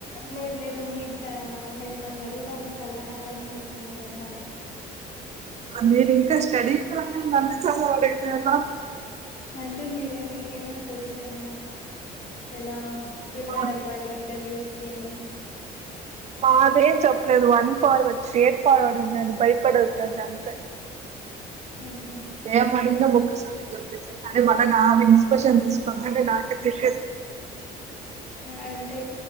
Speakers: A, on the left; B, on the right.
A: లేదు లేదు మీ మిమ్మల్ని అడుగుదాము సలహాలని మీకు ఫోన్ చేశాను
B: నేను ఇంకా స్టడీ <unintelligible>
A: అంటే మీరే మీకేమన్నా తెలుసేమో ఎలా ప్రిపేర్
B: మా-
A: అవ్వాలి ఇంటర్వ్యూస్ కి అని
B: మాదేం చెప్పలేదు వన్ ఫార్వడ్ స్ట్రెయిట్ ఫార్వడ్ ఉందండి భయపడదు అంతే
A: ఉహు
B: ఏం అడిగిన ఒక <unintelligible> నా ఇన్స్పిరేషన్ తీసుకోందంటే నాకే తెలియదు
A: అంతే